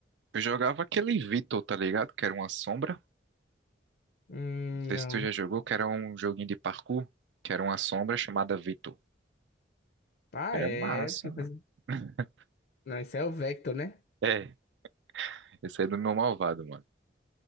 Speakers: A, on the right; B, on the left.
A: Eu jogava aquele Vito, tá ligado? Que era uma sombra.
B: Hum,
A: Não sei
B: não.
A: se tu já jogou, que era um joguinho de parkour, que era uma sombra chamada Vito.
B: Ah,
A: Era
B: é.
A: massa,
B: tem que fazer-
A: mano. <laughs>
B: Não, esse é o Vector, né?
A: É. Esse aí é do meu malvado, mano.